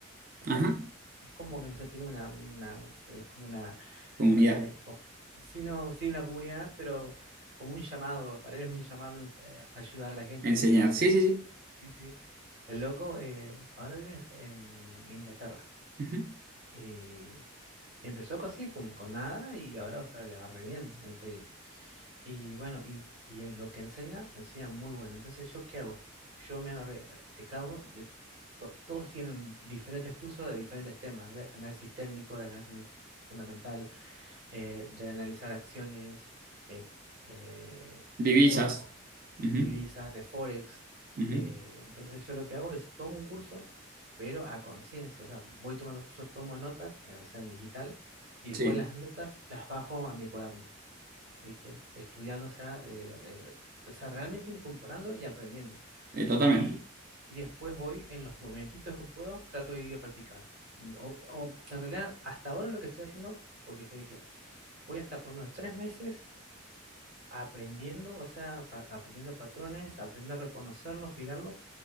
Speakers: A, on the right; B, on the right.
A: O sea,
B: ajá,
A: es como que no sé, tiene una, una- es como una,
B: comunidad,
A: no sé, como, sí, no, sí, la comunidad, pero como un llamado, para él es un llamado en- eh, a ayudar a la gente,
B: enseñar,
A: ¿viste? Porque,
B: sí, sí, sí.
A: sí, sí, el loco eh, ahora vive en, Est- en Inglaterra.
B: ujú.
A: Y, y empezó así, con, con nada, y ahora, o sea, le va re bien el trading. Y bueno, y, y eh, lo que enseña, enseña muy bueno. Entonces, ¿yo qué hago? Yo me agarré eh, de cada uno, de to- todos tienen diferentes cursos de diferentes temas, de análisis técnico, de análisis fundamental, eh, de analizar acciones, eh, eh,
B: Divisas,
A: de todo un poco,
B: ujú,
A: de divisas, de forex.
B: ujú,
A: Eh, entonces, yo lo que hago es tomo un curso, pero a conciencia, o sea, voy tomando cursos, tomo notas, eh, o sea, en digital, y después
B: Sí,
A: las notas las bajo a mi cuaderno. ¿viste? Estudiando, o sea, eh, eh, o sea, realmente incorporando y aprendiendo.
B: eh, totalmente.
A: Y, y después voy en los momentitos que puedo, trato de ir a practicar. Mi- O, o, en realidad, hasta ahora lo que estoy haciendo, porque yo dije, voy hasta por lo menos tres meses aprendiendo, o sea, pa- aprendiendo patrones, aprendiendo a reconocerlos, mirarlos.